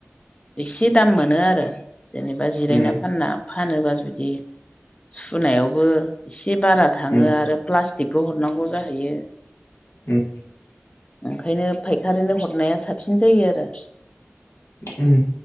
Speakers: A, on the left (about 25°); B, on the left (about 60°).
A: एसे दाम मोनो आरो जेनेबा जिरायना
B: उम
A: फानना फानोबा जुदि सुनायावबो एसे बारा थाङो
B: उम
A: आरो प्लाटिकबो हरनांगौ जाहैयो
B: उम
A: ओंखायनो फायखारिनो हरनाया साबसिन जायो आरो
B: उम